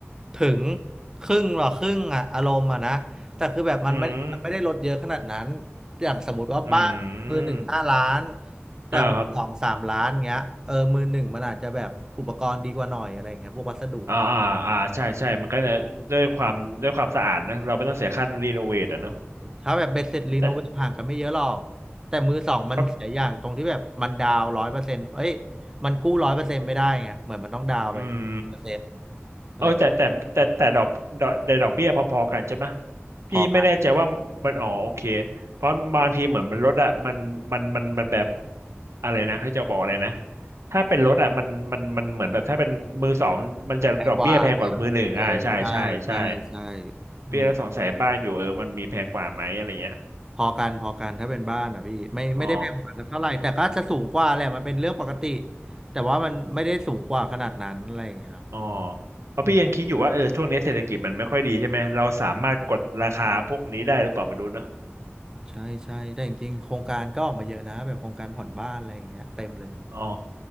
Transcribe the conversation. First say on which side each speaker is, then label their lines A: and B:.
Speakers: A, on the right (about 15°); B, on the right (about 85°).
A: ถึงครึ่งหรอครึ่งอ่ะอารมณ์อ่ะนะแต่คือแบบมันไม่ได้ไม่ได้ลดเยอะขนาดนั้น
B: อืม
A: อย่างสมมติว่าบ้านมือหนึ่งห้าล้าน
B: อืม
A: แต่มือสองสามล้านเงี้ยเออมือหนึ่งมันอาจจะแบบอุปกรณ์ดีกว่าหน่อยอะไรเงี้ยพวกวัสดุ
B: อ่าครับอ่าอ่าอ่าใช่ใช่มันก็จะด้วยความด้วยความสะอาดนะเราไม่ต้องเสียค่ารีโนเวทอ่ะเนาะ
A: ถ้าแบบเบ็ดเสร็จรีโนเวทห่างกันไม่เยอะหรอก
B: แต่
A: แต่มือสองมันเสียอย่างตรงที่แบบมันดาวร้อยเปอร์เซ็นต์เอ้ย
B: ครับ
A: มันกู้ร้อยเปอร์เซ็นต์ไม่ได้ไงเหมือนมันต้องดาวไปสิบเปอร์เซ็นต์
B: อืม
A: อะไรอย่างเงี้ย
B: เออแต่แต่แต่แต่ดอกดอกในดอกเบี้ยพอๆกันใช่ไหมพี่ไม่แน่ใจว่ามันอ๋อโอเค
A: พอกัน
B: เพราะบางทีเหมือนมันลดอะมันมันมันมันแบบอะไรนะเขาจะบอกอะไรนะถ้าเป็นรถอะมันมันมันเหมือนแบบถ้าเป็นมือสองมันจะดอกเบี้ยแพงกว่ามือหนึ่งอ่าใช่ใช่ใช่
A: แพงกว่าเออใช่ใช่ใช่
B: พี่แล้วสงสัยบ้านอยู่เออมันมีแพงกว่าไหมอะไรเงี้ย
A: อืมพอกันพอกันถ้าเป็นบ้านอ่ะพี่ไม่ไม่ได้แพงกว่ากันสักเท่าไหร่แต่ก็อาจจะสูงกว่าแหละมันเป็นเรื่องปกติ
B: อ๋อ
A: แต่ว่ามันไม่ได้สูงกว่าขนาดนั้นอะไรอย่างเงี้ยครับ
B: อ๋อเพราะพี่ยังคิดอยู่ว่าเออช่วงนี้เศรษฐกิจมันไม่ค่อยดีใช่ไหมเราสามารถกดราคาพวกนี้ได้หรือเปล่าไม่รู้เนอะ
A: อืมใช่ใช่แต่จริงๆโครงการก็ออกมาเยอะนะแบบโครงการผ่อนบ้านอะไรอย่างเงี้ยเต็มเลย
B: อ๋อ